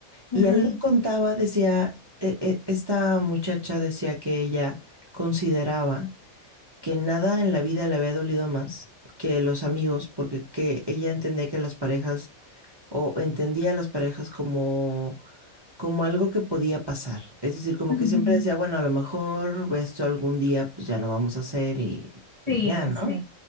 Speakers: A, on the right; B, on the left.
A: Y
B: Ajá.
A: alguien contaba, decía, e- e- esta muchacha decía que ella consideraba que nada en la vida le había dolido más que los amigos, porque que ella entendía que las parejas, o entendía a las parejas como, como algo que podía pasar. Es decir, como
B: Ujú.
A: que siempre decía, bueno, a lo mejor esto algún día pues ya no vamos a hacer y, y
B: Sí,
A: ya, ¿no?
B: sí,